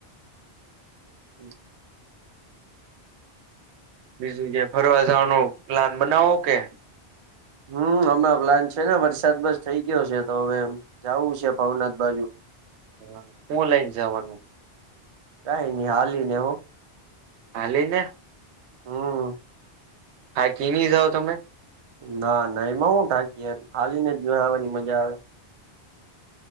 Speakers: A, on the right (about 45°); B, on the right (about 90°).
A: <inaudible>
B: બીજું જયા ફરવા જવાનું પ્લાન બનાવો કે
A: હમ અમે પ્લાન છે ને વરસાદ બસ થઈ ગયો છે તો હવે જાવું છે ભાવનાથ બાજુ
B: હ શું લયન જવાનું?
A: કઈ નહી હાલી ને હો
B: હાલીને
A: હમ
B: થાકી નય જાવ તમે
A: ના ના એમાં હું થાકી યાર હાલીને જ જાવાની મજા આવે